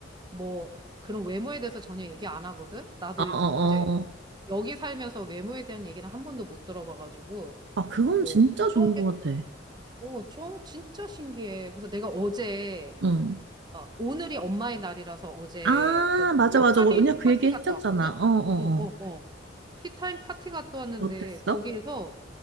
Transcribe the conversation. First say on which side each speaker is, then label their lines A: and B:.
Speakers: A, on the right; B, on the right.
A: 뭐 그런 외모에 대해서 전혀 얘기 안 하거든. 나도
B: 어어어.
A: 이제 여기 살면서 외모에 대한 얘기는 한 번도 못 들어봐가지고
B: 아, 그건
A: 뭐
B: 진짜 좋은
A: 그런 게
B: 것 같아.
A: 어, 좀 진짜 신기해. 그래서 내가 어제
B: 응.
A: 어, 오늘이 엄마의 날이라서 어제
B: 아,
A: 그
B: 맞아,
A: 티타임
B: 맞아. 어, 언니가 그
A: 파티
B: 얘기 했었잖아.
A: 갔다 왔거든?
B: 어, 어,
A: 어, 어,
B: 어.
A: 어. 티타임 파티 갔다 왔는데
B: 어땠어?
A: 거기에서